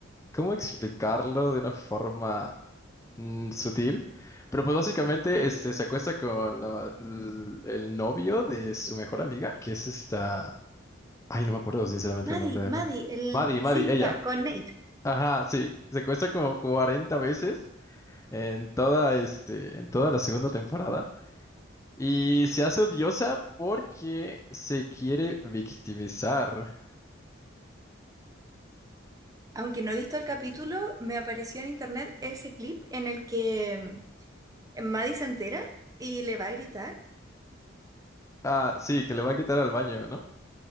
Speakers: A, on the left; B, on the right.
A: ¿cómo explicarlo de una forma mm, sutil? Pero pues básicamente, este, se acuesta con la- l- el novio de su mejor amiga, que es esta, ay, no me acuerdo sinceramente
B: Maddie,
A: el nombre de
B: Maddie,
A: la,
B: el...
A: Maddie, Maddie,
B: Sí,
A: ella,
B: ya, con Nate.
A: ajá, sí, se acuesta como 40 veces en toda, este, en toda la segunda temporada. Y se hace odiosa porque se quiere victimizar.
B: Aunque no he visto el capítulo, me apareció en internet ese clip en el que mm, Maddie se entera y le va a gritar.
A: Ah, sí, que le va a gritar al baño, ¿no?